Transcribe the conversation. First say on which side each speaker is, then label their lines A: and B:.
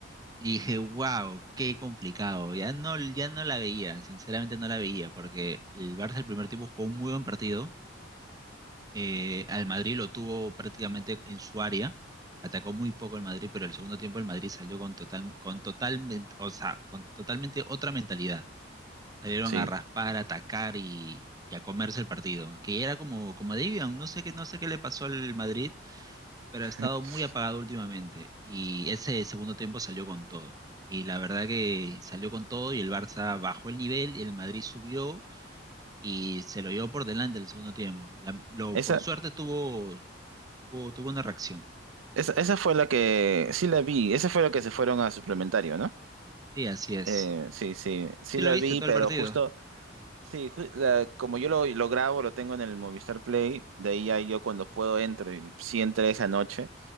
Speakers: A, on the right; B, on the right.
A: dije, wow, qué complicado. Ya no, ya no la veía, sinceramente no la veía, porque el Barça el primer tiempo jugó un muy buen partido eh, al Madrid lo tuvo prácticamente en su área. Atacó muy poco el Madrid, pero el segundo tiempo el Madrid salió con total, con totalmente, o sea, con totalmente otra mentalidad. Salieron
B: Sí.
A: a raspar, a atacar y, y a comerse el partido, que era como, como debían. No sé qué, no sé qué le pasó al Madrid, pero
B: <laughs>
A: ha estado muy apagado últimamente. Y ese segundo tiempo salió con todo. Y la verdad que salió con todo y el Barça bajó el nivel y el Madrid subió y se lo llevó por delante el segundo tiempo. La- lo,
B: Esa,
A: por suerte tuvo Tuvo, tuvo una reacción.
B: esa, esa fue la que, sí la vi, esa fue la que se fueron a suplementario, ¿no?
A: Sí, así es.
B: Eh, sí, sí, sí
A: ¿Sí
B: la
A: lo viste
B: vi,
A: todo
B: pero
A: el partido?
B: justo, Sí, ju- la- como yo lo, lo grabo, lo tengo en el Movistar Play, de ahí ya yo cuando puedo entro, y sí entré esa noche,